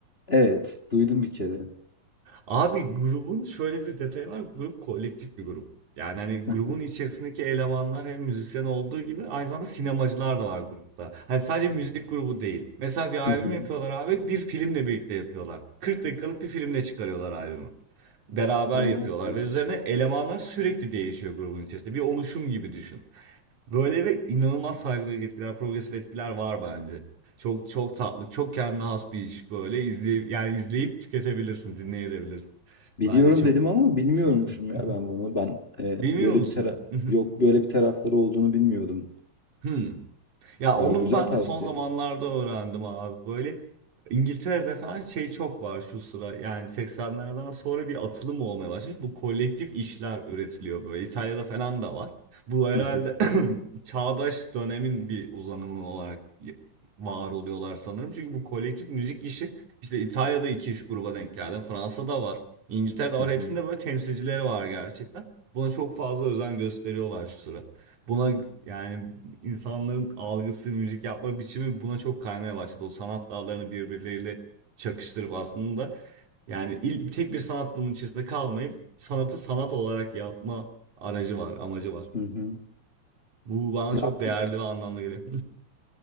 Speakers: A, on the left (about 30°); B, on the right (about 80°).
A: Evet. Duydum bir kere.
B: Abi grubun şöyle bir detayı var. Grup kolektif bir grup. Yani hani
A: <laughs>
B: grubun
A: Hı
B: içerisindeki elemanlar hem müzisyen olduğu gibi aynı zamanda sinemacılar da var grupta. Hani sadece müzik grubu değil. Mesela bir albüm
A: hı.
B: yapıyorlar abi bir filmle birlikte yapıyorlar. 40 dakikalık bir filmle çıkarıyorlar albümü. Beraber
A: Oo.
B: yapıyorlar ve üzerine elemanlar sürekli değişiyor grubun içerisinde. Bir oluşum gibi düşün. Böyle ve inanılmaz saygılı etkiler, progresif etkiler var bence. Çok çok tatlı, çok kendine has bir iş böyle. İzleyip, yani izleyip tüketebilirsin, dinleyebilirsin.
A: Biliyorum
B: Bence çok...
A: dedim ama bilmiyormuşum
B: <laughs>
A: ya ben bunu. Ben e,
B: Bilmiyor
A: böyle
B: musun?
A: bir tara
B: <laughs>
A: yok böyle bir tarafları olduğunu bilmiyordum.
B: Hmm. Ya
A: Aa,
B: onu
A: güzel
B: ben
A: tavsiye.
B: de son zamanlarda öğrendim abi. Böyle İngiltere'de falan şey çok var şu sıra. Yani 80'lerden sonra bir atılım olmaya başlamış. Bu kolektif işler üretiliyor böyle. İtalya'da falan da var. Bu herhalde
A: Hı hı.
B: <clears throat> çağdaş dönemin bir uzanımı olarak var oluyorlar sanırım. Çünkü bu kolektif müzik işi işte İtalya'da iki üç gruba denk geldim. Fransa'da var. İngiltere'de var.
A: Hı hı.
B: Hepsinde böyle temsilcileri var gerçekten. Buna çok fazla özen gösteriyorlar şu sıra. Buna yani insanların algısı, müzik yapma biçimi buna çok kaymaya başladı. O sanat dallarını birbirleriyle çakıştırıp aslında yani il, tek bir sanat dalının içerisinde kalmayıp sanatı sanat olarak yapma aracı var, amacı var.
A: Hı hı.
B: Bu bana
A: Ya
B: çok değerli
A: bu
B: ve anlamlı geliyor.